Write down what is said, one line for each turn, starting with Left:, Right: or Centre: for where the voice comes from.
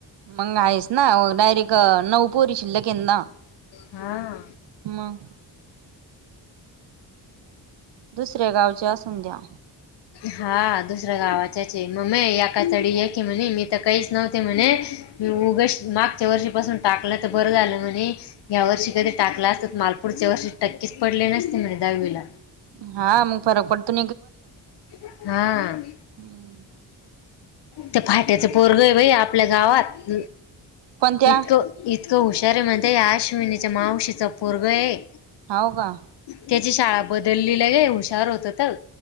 Right: मंग आहेच ना, डायरेक्ट नऊ पोरी शिल्लक हेत ना.
Left: हा.
Right: मग दुसऱ्या गावच्या असूनध्या
Left: हा दुसऱ्या गावाच्याचे मग म याका तडी आहे की म्हणे मी तर काहीच नव्हते म्हणे उग मग <unintelligible> च्या <unintelligible> वर्षी पाासून टाकलं तर बरं झालं म्हणे या वर्षी कधी टाकला असत मालपूरच्या वर्षी टक्कीच पडली नसते म्ह दहावीला
Right: हा मग फरक पडतो
Left: हा
Right: हम्म
Left: ते फाट्याच पोरगय भाई आपल्या गावात
Right: पण त्या
Left: इतकं इतकं हुशारीमध्येध्ये आश्विनीच्या मावशीचा पोरग आहे
Right: हाव का
Left: त्याची शाळा बदललीला गे हुशार होत तर